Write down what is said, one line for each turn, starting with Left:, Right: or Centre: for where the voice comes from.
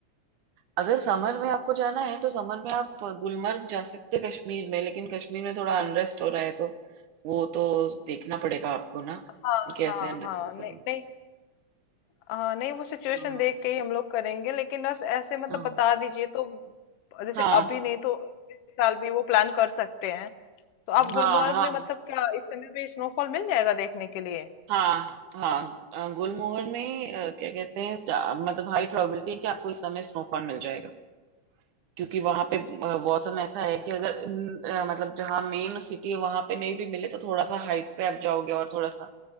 Right: अगर समर में आपको जाना है तो समर में आप गुलमर्ग जा सकते हैं कश्मीर में लेकिन कश्मीर में थोड़ा अनरेस्ट हो रहा है तो वो तो देखना पड़ेगा आपको ना
Left: हाँ
Right: कैसे
Left: हाँ
Right: अनरेस्ट
Left: हाँ
Right: होता
Left: नहीं
Right: है
Left: नहीं हाँ नहीं वो सिचुएशन
Right: हाँ।
Left: देख के ही हम लोग करेंगे लेकिन बस ऐसे मतलब
Right: हाँ
Left: बता दीजिए तो जैसे
Right: हाँ
Left: अभी नहीं तो इस साल भी वो प्लान कर सकते हैं तो आप गुलमर्ग
Right: हाँ हाँ
Left: में मतलब क्या इस समय भी स्नोफॉल मिल जाएगा देखने के लिए
Right: हाँ हाँ अ, गुलमोहर में अ, क्या कहते हैं जा- मतलब हाई प्रोबेबिलिटी है कि आपको इस समय स्नोफॉल मिल जाएगा क्योंकि वहां पे अ, मौसम ऐसा है कि अगर न, अ, मतलब जहाँ मेन सिटी है वहां पे नहीं भी मिले तो थोड़ा सा हाइट पे आप जाओगे और थोड़ा सा